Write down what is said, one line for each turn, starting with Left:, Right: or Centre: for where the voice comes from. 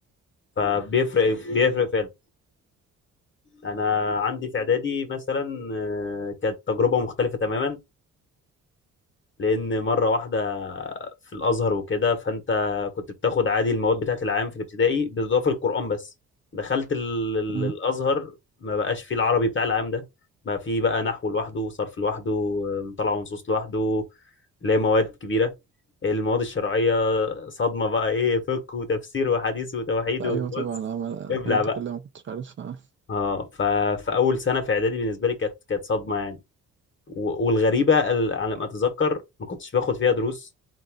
Left: فبيفرق بيفرق فعلا انا عندي في اعدادي مثلا آه، كانت تجربه مختلفه تماما لان مره واحده في الازهر وكده فانت كنت بتاخد عادي المواد بتاعت العام في الابتدائي بالاضافه للقران بس دخلت ال- ال-
Right: أمم.
Left: الازهر ما بقاش فيه العربي بتاع العام ده بقى فيه بقى نحو لوحده صرف لوحده مطالعه ونصوص لوحده اللي هي مواد كبيره المواد الشرعيه صدمه بقى ايه فقه وتفسير وحديث وتوحيد
Right: أيوه
Left: وبص
Right: طبعا أنا
Left: ابلع
Right: الحاجات دي
Left: بقى
Right: كلها ما كنتش عارفها
Left: اه ف... فاول سنه في اعدادي بالنسبه لي كانت كانت صدمه يعني و- والغريبه ال- على ما اتذكر ما كنتش باخد فيها دروس